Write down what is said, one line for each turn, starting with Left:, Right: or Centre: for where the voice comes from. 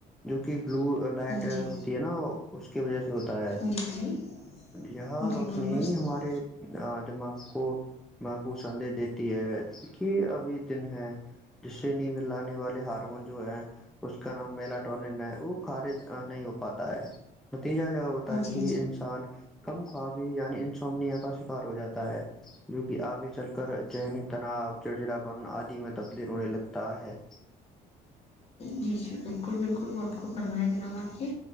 Centre: جو کہ و لائٹ
Left: جی
Centre: ہوتی ہے نا اس کی وجہ سے ہوتا ہے
Left: جی جی
Centre: یہاں
Left: جی
Centre: روشنی
Left: بالکل
Centre: ہی
Left: جی
Centre: ہمارے دماغ ا محفوظ سدیش دیتی ہے کہ ابھی دن ہے جس سے نیند لانے والے ہارمون جو ہے اس کا نام ملاٹ ہے وہ کارج نہیں ہو پاتا ہے تیجا ج ہوتا ہے
Left: جی
Centre: کہ انسان کم خوابی یعنی انسنیا ہو جاتا ہے جو کہ آگے چل کر ذہنی تناؤ چڑچڑاپن آدی میں تبدل ہونے لگتا ہے
Left: جی جی بالکل بالکل بہت خب فرمیا ج ن ہ آپ کی